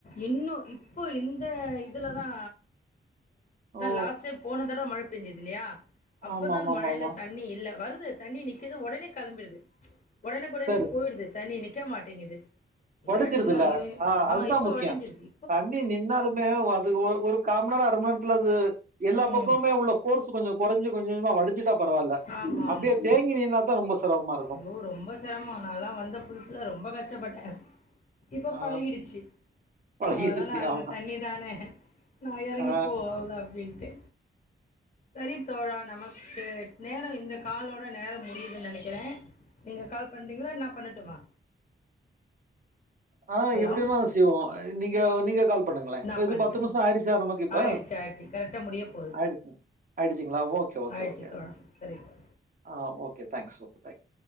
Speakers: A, on the left; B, on the right.
A: இன்னு இப்போ இந்த இதுலதா
B: ஓ
A: லாஸ்ட் டைம் போனது தடவ மழ பெயஞ்சது இல்லையா அப்போதா
B: ஆமா ஆமா
A: அந்த
B: ஆமா
A: மழல
B: ஆமா
A: தண் ணி இல்ல வருது தண்ணி நிக்குது ஒடனே கெளம்பிடுது ஒடனேக் ஒடனே
B: சரி
A: போய்டுது
B: சரி
A: தண்ணி நிக்க மாட்டேங்குது இல்லாட்டிலா
B: வடிஞ்சிருதுல்ல
A: ஐயயோ
B: அதுதா
A: ஆ இப்ப
B: முக்கியோ
A: வடஞ்சிருது
B: தண்ணி நின்னாலுமே ஒ அது ஒ ஒரு கா மண் நேரோ அர மண் நேரோ த்ல அது எல்லா
A: ம்
B: பக்கமுமே உள்ள போர்ஸ் கொஞ்சோ கொறைஞ்சு கொஞ்ச கொஞ்சமா வடிஞ்சுட்டா பரவால்ல
A: ஆமா
B: அப்டியே
A: ஆமா
B: தேங்கி நீன்னாதா ரொம்ப சிரமமா இருக்கு
A: ஐயோ ரொம்ப செரமோ நாலா வந்த புதுசுல ரொம்ப கஷ்டப்பட்டே இப்போ
B: ஆ
A: பழகிடுச்சு
B: பழகிருச்சு
A: அவ்ளதானே அந்த
B: ஆமா
A: தண்ணி தானே நா எறங்கிப்போல
B: ஆ
A: அப்டின்டே சரி தோழா நமக்கு நேரோ இந்த காலோட நேரோ முடியுதுன்னு நெனைக்குறே நீங்க கால் பண்றீங்ளா நா பண்ணட்டுமா
B: ஆ
A: ஹலோ
B: எப்டின்னா அதா செய்வோ நீங்க நீங்க கால் பண்ணுங்ளே இப்ப
A: நா
B: இது
A: பண்றே
B: பத்து நிமிஷோ ஆயிடுச்சா நமக்கு
A: ஆயிடுச்சு
B: ஆ
A: ஆயிடுச்சு கரெக்டா முடிய போது
B: ஆயடுச்சு ஆயிடுச்சுங்களா ஓகே ஓகே
A: ஆயிடுச்சு
B: ஓகே
A: தோழா சரி தோழா
B: ஆ ஓகே தேங்க்ஸ் ஓகே தேங்க்ஸ்